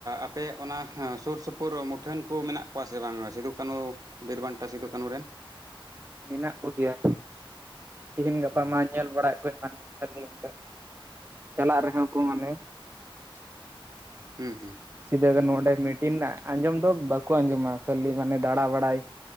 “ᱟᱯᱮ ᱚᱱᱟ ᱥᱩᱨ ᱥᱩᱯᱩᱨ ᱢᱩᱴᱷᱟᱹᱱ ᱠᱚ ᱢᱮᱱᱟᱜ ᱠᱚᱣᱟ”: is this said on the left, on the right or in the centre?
Right